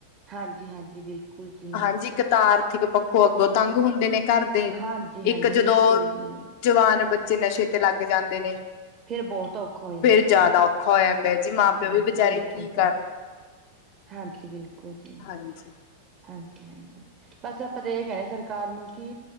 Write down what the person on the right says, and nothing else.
ਹਾਂਜੀ- ਹਾਂਜੀ ਬਿਲਕੁਲ ਜੀ।
ਹਾਂਜੀ ਹਾਂਜੀ
ਬਿਲਕੁਲ ਜੀ
ਫੇਰ ਬਹੁਤ ਹੋ ਜਾਂਦਾ
ਜੀ
ਹਾਂਜੀ
ਹਾਂਜੀ
ਬਿਲਕੁਲ
ਜੀ ਹਾਂਜੀ ।ਬਿਲਕੁਲ ਜੀ
ਹਾਂਜੀ -ਹਾਂਜੀ ਬਸ ਆਪਾਂ ਤਾਂ ਇਹ ਕਹਿਣੇ ਸਰਕਾਰ ਨੂੰ ਕਿ,